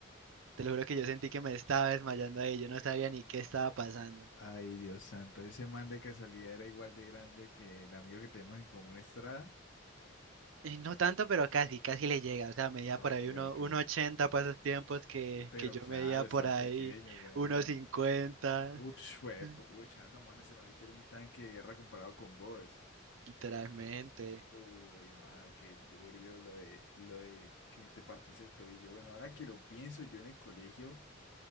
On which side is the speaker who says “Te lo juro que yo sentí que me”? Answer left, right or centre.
Right